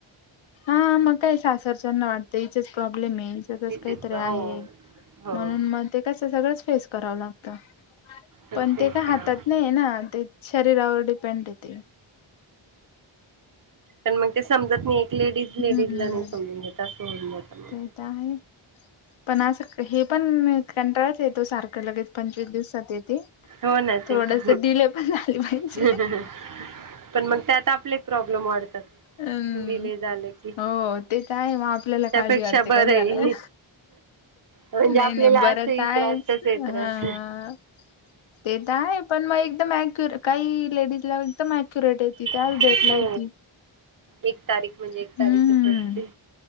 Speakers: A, on the left; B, on the right.
A: हा मग काय सासरच्याना वाटतं हिजच प्रॉब्लेम आहे. हिज्यातच
B: तिचेच
A: काहीतरी
B: हो
A: आहे
B: हो
A: म्हणून मग ते कस सगळंच फेस करावं लागत.
B: तोच
A: पण
B: फेस
A: ते का
B: करावा.
A: हातात नाही ना ते शरीरावर डिपेंड येत.
B: त्यांना मग ते समजत नाही एक लेडीज लेडीज
A: हम्म.
B: ला नाही समजून घेत असं होऊन जातं. मग.
A: ते तर आहे पण असं हे पण कंटाळच येतो सारखा लगेच पंचवीस दिवसात येते.
B: हो ना ते
A: थोडस
B: पण
A: डिले पण झाली पाहिजे.
B: हहहह मग ते आता आपले प्रॉब्लेम वाढतात.
A: हम्म
B: डिले झालं की
A: हो ते तर आहे मग आपल्याला
B: त्यापेक्षा
A: काळजी वाटते
B: बरं
A: काय झालं.
B: आहे. म्हणजे
A: नाही
B: आपल्याला
A: नाही बरंच
B: असंही
A: आहेच.
B: त्रास तसही त्रास.
A: अ ते तर आहे पण मग एकदम. अॅक्युरेट काही लेडीज ला एकदम अक्युरेट येते. त्याच
B: हो
A: डेटला येते.
B: एक तारीख म्हणजे एक
A: हम्म
B: तारीखच असतील.